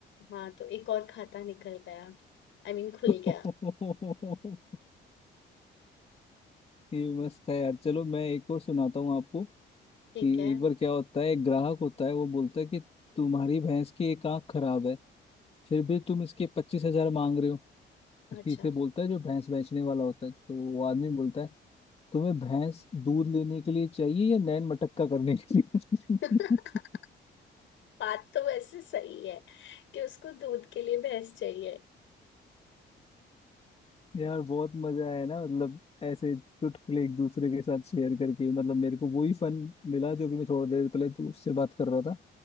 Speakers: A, on the left (about 75°); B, on the left (about 30°).
A: हाँ तो एक और खाता निकल गया आई I मीन mean, खुल
B: <laughs>
A: गया
B: ये मस्त है यार चलो मैं एक और सुनाता हूँ आपको कि
A: ठीक है
B: एक बार क्या होता है एक ग्राहक होता है वो बोलता है कि तुम्हारी भैंस की एक आंख खराब है फिर भी तुम इसके पच्चीस हजार मांग रहे हो
A: अच्छा
B: किसी से बोलता है जो भैंस बेचने वाला होता है तो वो आदमी बोलता है तुम्हें भैंस दूध लेने के लिए चाहिए या नैन मटक्का करने के लिए
A: <laughs> बात तो वैसे सही है कि उसको दूध के लिए भैंस चाहिए
B: <laughs> यार बहुत मजा आया ना मतलब ऐसे चुटकुले एक दूसरे के साथ शेयर करके मतलब मेरे को वही फन मिला जो भी मैं थोड़ी देर पहले तू उससे बात कर रहा था